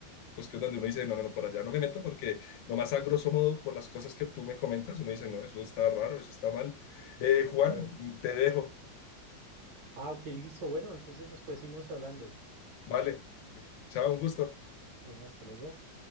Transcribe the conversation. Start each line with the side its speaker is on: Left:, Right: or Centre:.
Left: pues que es donde uno dice, no, no, no, por allá no me meto porque nomás a grosso modo por las cosas que tú me comentas, uno dice, no, eso está raro, eso está mal. Eh, Juan,
Right: Claro.
Left: te dejo,
Right: Ah, ok, listo. Bueno, entonces después seguimos hablando.
Left: vale, chao, un gusto.
Right: Bueno, hasta luego.